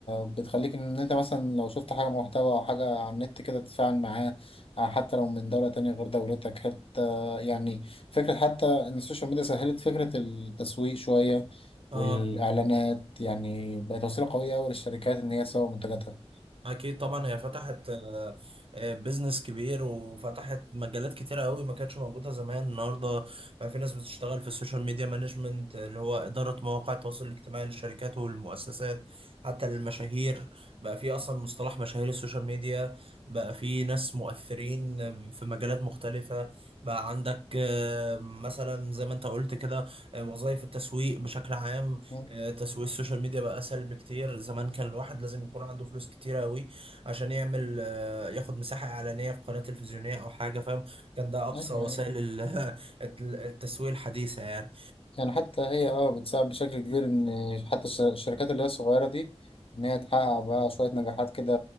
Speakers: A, on the left; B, on the right.
A: بتخليك إن أنت مثلا لو شفت حاجة محتوى أو حاجة على النت كده تتفاعل معاه آه، حتى لو من دولة تانية غير دولتك حتى يعني فكرة حتى إن السوشيال ميديا سهلت فكرة التسويق شوية
B: اه
A: والإعلانات يعني بقت وسيلة قوية أوي للشركات إن هي تسوق منتجاتها.
B: اكيد طبعا هي فتحت آه، آه، بيزنس كبير وفتحت مجالات كتيره قوي ما كانتش موجوده زمان النهارده بقى في ناس بتشتغل في السوشيال ميديا مانجمنت اللي هو اداره مواقع التواصل الاجتماعي للشركات والمؤسسات حتى للمشاهير بقى في اصلا مصطلح مشاهير السوشيال ميديا بقى في ناس مؤثرين في مجالات مختلفه بقى عندك آه، مثلا زي ما انت قلت كده آه، وظائف التسويق بشكل عام
A: مم.
B: آه، تسويق السوشيال ميديا بقى اسهل بكتير زمان كان الواحد لازم يكون عنده فلوس كتيره قوي عشان يعمل آه، ياخد مساحه اعلانيه في قناه تلفزيونيه او حاجه فاهم كان ده اقصى
A: أيوه
B: وسائل
A: أيوه
B: ال- <laughs> الت- التسويق الحديثه يعني
A: يعني حتى هي اه بتساعد بشكل كبير ان حتى الش- الشركات اللي هي الصغيره دي ان هي تحقق بقى شويه نجاحات كده